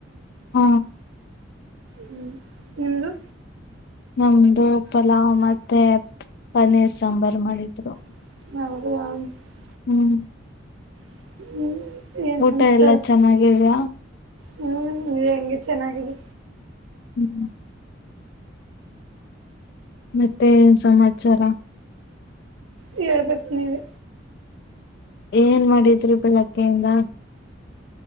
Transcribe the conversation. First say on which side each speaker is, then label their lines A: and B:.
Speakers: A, on the left; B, on the right.
A: ಹ್ಮ
B: ಹ್ಮ್ ನಿಂದು
A: ನಮ್ದು ಪಲಾವ್ ಮತ್ತೆ ಪನ್ನೀರ್ ಸಾಂಬಾರ್ು ಮಾಡಿದ್ರು
B: <inaudible>
A: ಹ್ಮ್.
B: ಹ್ಮ್. ಏನ್
A: ಊಟ
B: ಸಮಾಚಾರ
A: ಎಲ್ಲ ಚೆನ್ನಾಗಿದ್ದೀಯಾ.
B: ಹ್ಮ್ ಇ ಹೆಂಗೆ ಚೆನ್ನಾಗಿದೆ.
A: ಹ್ಮ್. ಮತ್ತೆ ಏನ್ ಸಮಾಚಾರ.
B: ಹೇಳ್ಬೇಕು ನೀವೆ.
A: ಏನ್ ಮಾಡಿದ್ರಿ ಬೆಳಗ್ಗೆಯಿಂದ.